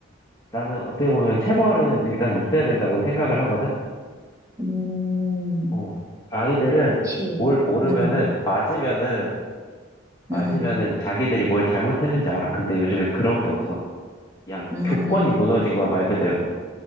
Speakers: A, on the left; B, on the right.
A: 나는 어떻게 보면 체벌은 일단 있어야 된다고 생각을 하거든.
B: 음,
A: 어, 아이들은
B: 그치.
A: 뭘 모르면은,
B: 음,
A: 맞으면은, 맞으면은
B: 음,
A: 자기들이 뭘 잘못했는지 알아. 근데 요즘엔 그런 게 없어. 야
B: 음,
A: 교권이 무너진 거야, 말 그대로.